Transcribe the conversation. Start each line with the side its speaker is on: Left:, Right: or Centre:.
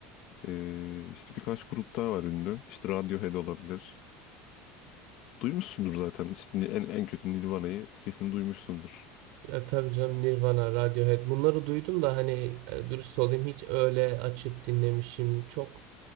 Left: eee, işte birkaç grup daha var ünlü. İşte Radiohead olabilir. Duymuşsundur zaten. İşte ni- en, en kötü Nirvana'yı kesin duymuşsundur.
Right: Ya tabii canım Nirvana, Radiohead bunları duydum da hani e, dürüst olayım hiç öyle açıp dinlemişim çok